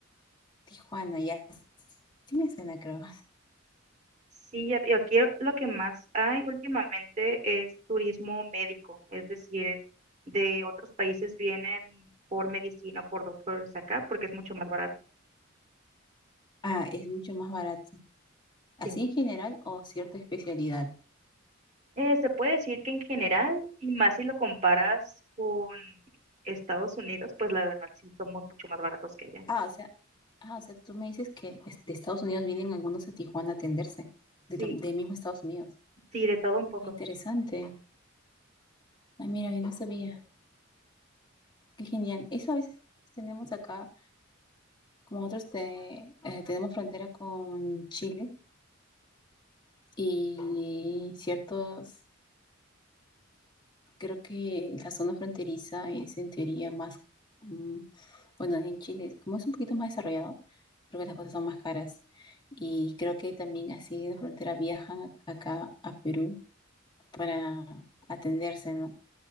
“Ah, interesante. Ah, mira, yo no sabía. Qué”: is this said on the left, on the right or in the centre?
Left